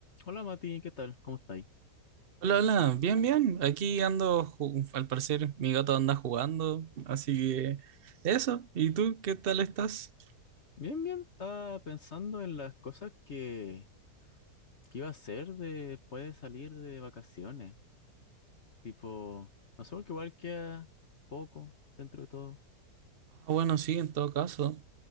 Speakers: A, on the left; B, on the right.
A: Hola Mati, ¿qué tal? ¿Cómo estáis?
B: Hola, hola, bien, bien. Aquí ando, ju- al parecer mi gato anda jugando, así que eso. ¿Y tú qué tal estás?
A: Bien, bien. Estaba pensando en las cosas que, que iba a hacer después de salir de vacaciones. Tipo, no sé, porque igual queda poco dentro de todo.
B: Ah, bueno, sí, en todo caso.